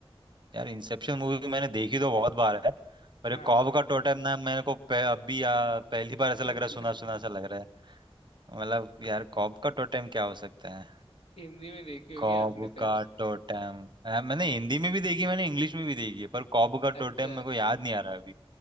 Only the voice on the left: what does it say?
हाँ
<laughs>
हिंदी में देखी होगी
आपने फिर
अच्छा